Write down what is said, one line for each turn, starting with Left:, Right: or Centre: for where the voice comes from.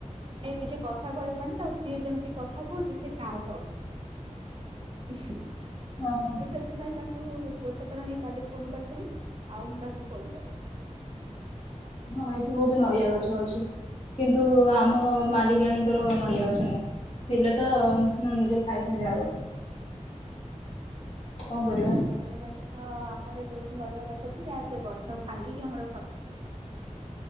Right: ସିଏ କିଛି କଥା କହିପାରୁନି ଆଉ ସିଏ ଯେମିତି କଥା କହୁଛି ସି କାଉଁଟ ହବ।
Left: ହଁ ହଁ
Right: ମୁଁ ସେଥିପାଇଁ ତାକୁ ହଉ ହଉ ହଉ ଗୋଟେ ଥର ହିଁ କାଲି ଫୋନ କରିଥିଲି ଆଉ ମୁଁ ତାକୁ ଫୋନ କରିନି।
Left: ହଁ ଏଠି ବହୁତ ନଡିଆ ଗଛ ଅଛି କିନ୍ତୁ ଆମ ମାଲିକାଣୀଙ୍କର ନଡିଆ ଗଛ ନାହିଁ ଥିଲେ ତ ମୁ ନିଜେ ଖାଇଥାନ୍ତି ଆଗ। କଣ କରିବା
Right: ନଡିଆ ଗଛ ଆମର ଯୋଉ ନଡିଆ ଗଛ ଥିଲା ସେ ଗଛ ଭାଙ୍ଗିକି ଆମର ଘରକୁ ଥିଲା।